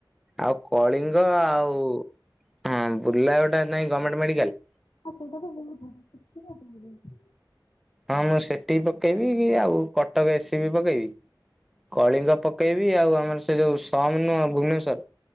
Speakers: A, in the centre; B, on the left (about 65°).
A: ଆଉ କଳିଙ୍ଗ ଆଉ ହଁ ବୁର୍ଲା ଗୋଟା ନାଇଁ ଗମେଣ୍ଟ ମେଡ଼ିକାଲ।
B: ହଁ ସେଇଟା ତ <unintelligible> ବି ବହୁତ ଭଲ ହବ ହେଲେ ଭ
A: ହଁ, ମୁଁ ସେଠି ପକେଇବି କି ଆଉ କଟକ ଏସିି ବି ପକେଇବି। କଳିଙ୍ଗ ପକେଇବି। ଆଉ ଆମର ସେ ଯୋଉ ସମ ନୁହଁ ଭୁବନେଶ୍ଵର